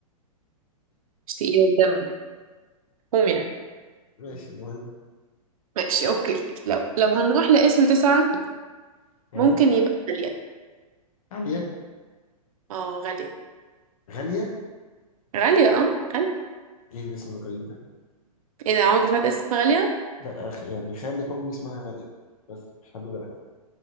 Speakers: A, on the right (about 65°); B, on the left (about 65°).
A: مش تقيل الدم هم يعني
B: ماشي المهم
A: ماشي اوكي لو لو هنروح لاسم تسعة
B: ها
A: ممكن يبقى غالية
B: عالية
A: اه غالية
B: غالية
A: غالية اه غالية
B: ايه الاسم الغريب ده
A: ايه ده عمرك ما سمعت اسم غالية
B: لا أخ- يعني خالة امي اسمها غالية بس مش حد غيرها